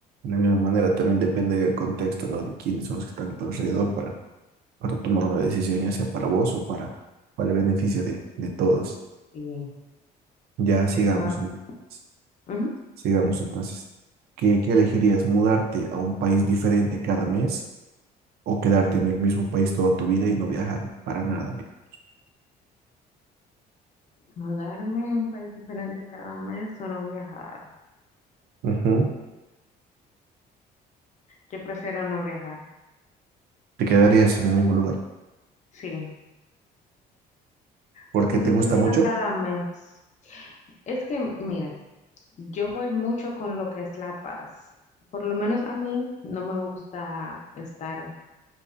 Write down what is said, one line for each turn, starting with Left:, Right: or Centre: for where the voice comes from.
Right: la misma manera, también depende del contexto, ¿no? De quiénes son los que están a tu alrededor para, para tomar una decisión, ya sea para vos o para, para el beneficio de, de todos.
Left: Bien,
Right: Ya sigamos.
Left: eso va.
Right: entonces.
Left: Ujú.
Right: Sigamos entonces. ¿Qué, qué elegirías? ¿Mudarte a un país diferente cada mes o quedarte en el mismo país toda tu vida y no viajar para nada? digamos?
Left: Mudarme a un país diferente cada mes o no viajar.
Right: Ujú.
Left: Yo prefiero no viajar.
Right: Te quedarías en el mismo lugar
Left: Sí,
Right: porque
Left: porque
Right: te
Left: si
Right: gusta
Left: tú viajas
Right: mucho,
Left: cada mes, es que, mira. Yo voy mucho con lo que es la paz. Por lo menos a mí no me gusta estar